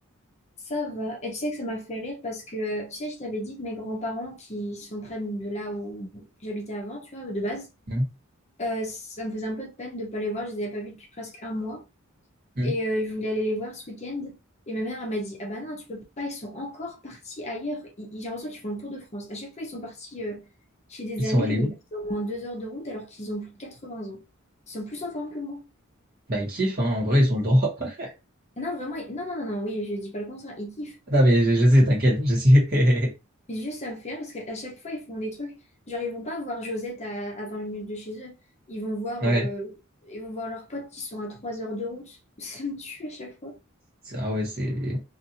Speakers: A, on the left; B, on the right.
A: ça va. Et tu sais que ça m'a fait rire parce que, euh, tu sais, je t'avais dit que mes grands-parents qui sont près de là où j'habitais avant, tu vois, de base,
B: Mmh,
A: euh, ça me faisait un peu de peine de ne pas les voir, je les avais pas vus depuis presque un mois.
B: mmh.
A: Et euh, je voulais aller les voir ce week-end. Et ma mère, elle m'a dit, ah bah non, tu peux pas, ils sont encore partis ailleurs. Ils- ils- J'ai l'impression qu'ils font le tour de France. À chaque fois, ils sont partis euh, chez des
B: Ils
A: amis,
B: sont allés
A: mais
B: où?
A: ils partent au moins deux heures de route alors qu'ils ont plus de 80 ans. Ils sont plus en forme que moi.
B: Bah, ils kiffent, hein, en vrai, ils ont le droit. <laughs>
A: Ah Non, vraiment, ils- non, non, non, non, oui, je dis pas le contraire, ils kiffent.
B: Non, mais je, je sais, t'inquiète, je sais. <laughs>
A: Mais juste, ça me fait rire parce qu'à chaque fois, ils font des trucs. Genre, ils vont pas voir Josette à, à 20 minutes de chez eux. Ils vont voir,
B: Ouais.
A: euh, ils vont voir leurs potes qui sont à trois heures de route. <laughs> Ça me tue à chaque fois.
B: C'est- Ah ouais, c'est.